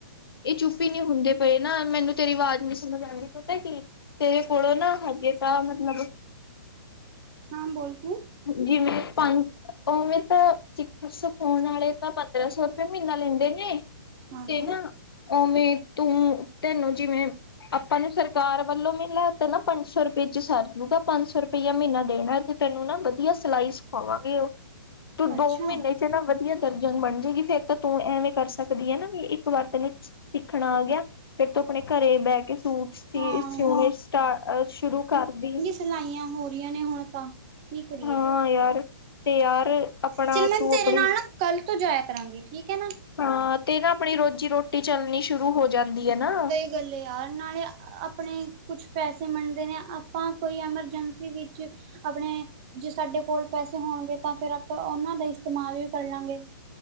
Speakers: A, on the left; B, on the right.
A: ਏ ਚੁੱਪ ਵੀ ਨੀ ਹੁੰਦੇ ਪਏ ਨਾ, ਮੈਨੂੰ ਤੇਰੀ ਵਾਜ਼ ਨੀ ਸਮਝ ਆਂਦੀ ਪਤਾ ਕੀ ਤੇ ਥੋੜਾ ਨਾ ਹਜੇ ਤਾਂ ਮਤਲਬ
B: ਹਾਂ ਬੋਲ ਤੂੰ
A: ਜੀਵੇ ਪੰਜ ਓ ਤਾ ਸਿੱਖ ਪਰ ਸਖੋਣ ਵਾਲੇ ਤਾਂ ਪੰਦਰਾਂ ਸੌ ਰੁਪਏ ਮੀਨਾ ਲੇਂਦੇ ਨੇ,
B: ਹਾਂ
A: ਤੇ
B: ਹਾਂ
A: ਨਾ ਓਵੇ ਤੂੰ, ਤੇਨੂੰ ਜਿਵੇਂ ਆਪਾਂ ਨੂੰ ਸਰਕਾਰ ਵੱਲੋਂ ਮਿਲਣਾ ਤੇ ਨਾ ਪੰਜ ਸੌ ਰੁਪਏ ਚ ਸਰਜੂਗਾ ਪੰਜ ਸੌ ਰੁਪਈਆ ਮੀਨਾ ਦੇਣਾ ਤੇਨੂੰ ਨਾ ਵੱਧੀਆ ਸਿਲਾਈ ਸਿਖਾਵਾਂਗੇ ਓ, ਤੂੰ
B: ਅੱਛਾ
A: ਦੋ ਮੀਨੇ ਤੇ ਨਾ ਵੱਧੀਆ ਦਰਜਨ ਬਣ ਜੇਗੀ ਫੇਰ ਤਾਂ ਤੂੰ ਐਵੇਂ ਕਰ ਸਕਦੀ ਐ ਨਾ ਵੀ ਇੱਕ ਵਾਰ ਤੇਨੂੰ ਖਾਣਾ ਆ ਗੇਆ ਫੇਰ ਤੂੰ ਆਪਣੇ ਘਰੇ ਬੈਕੇ ਸੂਟ ਸੀ
B: ਹਾਂ
A: ਸਿਓਣੇ
B: ਯਾਰ
A: ਸਟਾਟ ਅ ਸ਼ੁਰੂ ਕਰਦੀ।
B: ਸਲਾਈਆਂ ਹੋ ਰਈਆਂ ਨੇ ਹੁਣ ਆਪਾ ਕੀ ਕਰੀਏ।
A: ਹਾਂ ਯਾਰ ਤੇ ਯਾਰ ਆਪਣਾ
B: ਚਲ ਮੈ
A: ਤੂੰ
B: ਤੇਰੇ
A: ਆਪਣੀ
B: ਨਾਲ ਨਾ ਕੱਲ ਤੋਂ ਜਾਏਆ ਕਰਾਂਗੀ ਠੀਕ ਐ ਨਾ?
A: ਹਾਂ ਤੇ ਨਾ ਆਪਣੀ ਰੋਜ਼ੀ -ਰੋਟੀ ਚੱਲਣੀ ਸ਼ੁਰੂ ਹੋ ਜਾਂਦੀ ਐ ਨਾ।
B: ਚਲ ਯਾਰ, ਨਾਲੇ ਆਪਣੇ ਕੁਛ ਪੈਸੇ ਬਣਦੇ ਨੇਂ, ਆਪਾਂ ਕੋਈ ਐਮਰਜੈਂਸੀ ਵਿੱਚ ਆਪਣੇ, ਜੇ ਸਾਡੇ ਕੋਲ ਪੈਸੇ ਹੋਣਗੇ ਤਾਂ ਫ਼ੇਰ ਆਪਾਂ ਓਨਾਂ ਦਾ ਇਸਤੇਮਾਲ ਵੀ ਕਰਲਾ ਗੇ।